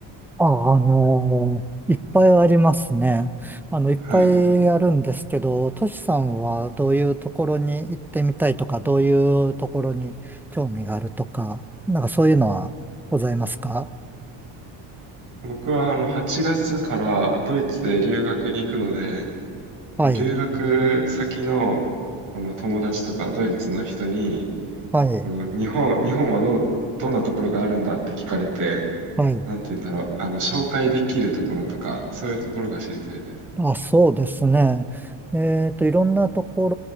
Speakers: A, in the centre; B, on the right.
A: あ、あのーいっぱいありますね。あの、いっぱいあるんですけど、
B: はい。
A: トシさんはどういうところに行ってみたいとか、どういうところに興味があるとか、なんかそういうのはございますか
B: 僕はあの8月からドイツへ留学に行くので、
A: はい、
B: 留学先の、あの友達とかドイツの人に、
A: はい、
B: うん日本、日本はどう、どんなところがあるんだって聞かれて、
A: はい。
B: なんて言うんだろう、あの紹介できるところとか、そういうところが知りたいです。
A: あ、そうですね。えっと、いろんなとこ